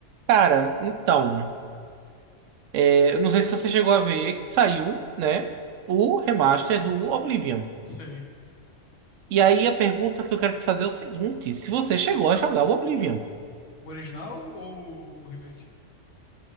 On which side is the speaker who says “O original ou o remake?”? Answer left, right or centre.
Left